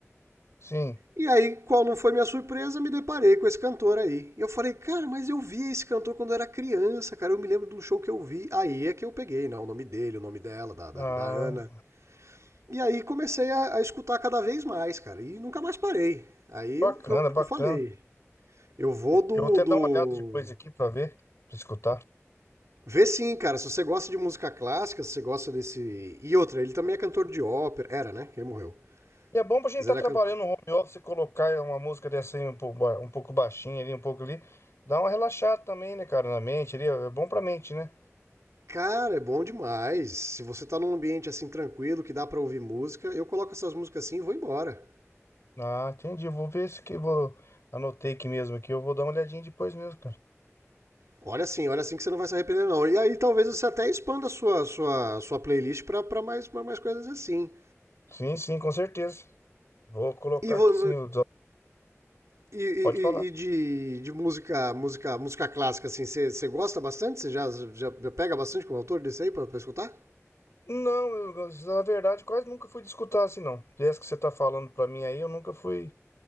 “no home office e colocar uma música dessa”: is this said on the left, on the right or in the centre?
Left